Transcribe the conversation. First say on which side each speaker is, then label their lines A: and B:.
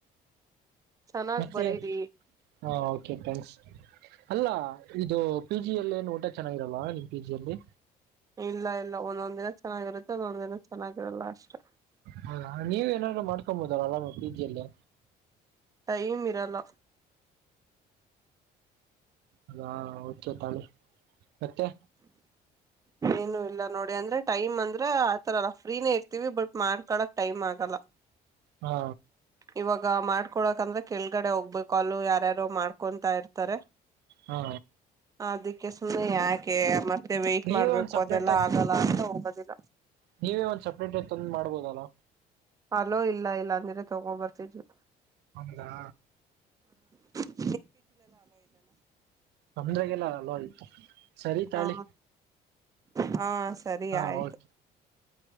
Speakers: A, on the right; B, on the right.
A: ಚೆನ್ನಾಗ್
B: ಮತ್ತೆ
A: ಬರೀರಿ
B: ಹ ಓಕೆ ಥ್ಯಾಂಕ್ಸ್ ಅಲ್ಲ ಇದು ಪಿಜಿಯಲ್ಲಿ ಏನ್ ಊಟ ಚೆನ್ನಾಗಿರಲ್ವಾ ನಿಮ್ ಪಿ ಜಿ ಅಲ್ಲಿ
A: ಇಲ್ಲ ಇಲ್ಲ ಒಂದೊಂದ್ ದಿನ ಚೆನ್ನಾಗಿರುತ್ತೆ ಅಂದೊಂದ್ ದಿನ ಚೆನ್ನಾಗಿರಲ್ಲ ಅಷ್ಟೆ
B: ಹೌದಾ ನೀವ ಏನಾದ್ರು ಮಾಡ ಮಾಡ್ಕೋಬಹುದಲ್ಲ ಪಿಜಿಯಲ್ಲಿ
A: ಟೈಮ ಇರಲಾ
B: ಹೌದ ಓಕೆ ತಗೊಳ್ಳಿ ಮತ್ತೆ
A: ಏನು ಇಲ್ಲ ನೋಡಿ ಅಂದ್ರೆ ಟೈಮ್ ಅಂದ್ರೆ ಆತರಲ್ಲ ಫ್ರೀನೇ ಇರ್ತೀವಿ ಬಟ್ ಮಾಡ್ಕಳಕ್ ಟೈಮ್ ಆಗಲ್ಲ
B: ಹಾ
A: ಇವಾಗ ಮಾಡ್ಕೊಳಕಂದ್ರೆ ಕೆಳ್ಗಡೆ ಹೋಗ್ಬೇಕು ಅಲ್ಲೂ ಯಾರ್ಯಾರು ಮಾಡ್ಕೊಂತಾ ಇರ್ತಾರೆ
B: ಹಾ
A: ಅದಕ್ಕೆ ಸುಮ್ಮನೆ ಯಾಕೆ ಮತ್ತೆ ವೇಟ್
B: ನೀವೇ
A: ಮಾಡ್ಬೇಕು
B: ಒಂದ್ ಸಪ್ರೇಟ್
A: ಅದೆಲ್ಲ
B: ಆಗಿ
A: ಆಗಲ್ಲ ಅಂತ ಹೋಗದಿಲ್ಲ
B: ನೀವೇ ಒಂದ್ ಸಪ್ರೇಟ್ ಆಗಿ ತಂದ ಮಾಡ್ಬೋದಲ್ಲ
A: ಅಲೋ ಇಲ್ಲ ಇಲ್ಲಅಂದ್ರೆ ತಗೊ ಬರ್ತಿದ್ರು
B: ಹೌದಾ
A: ಹಾ
B: ನಂದ್ರಾಗೆಲ್ಲ ಅಲೋ ಆಯ್ತು ಸರಿ ತಾಳಿ
A: ಹ ಹಾ ಸರಿ
B: ಹಾ
A: ಆಯ್ತು
B: ಓಕೆ